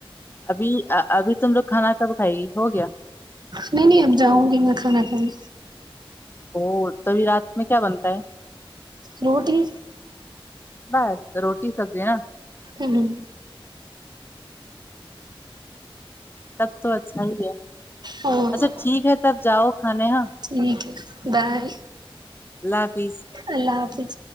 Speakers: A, on the left; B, on the right.
A: ابھی ابھی تم لوگ کھانا کب کھائے گی ہو گیا
B: نہیں نہیں اب جاؤنگی میں کھانا کھانے
A: اور تبھی رات میں کیا بنتا ہے
B: روٹی
A: بس روٹی سبزی نا
B: ھمم
A: تب تو اچھا ہی ہے
B: ہاں
A: اچھا ٹھیک ہے تب جاؤ کھانے ہاں
B: ٹھیک ہے بائے
A: اللہ حافظ
B: اللہ حافظ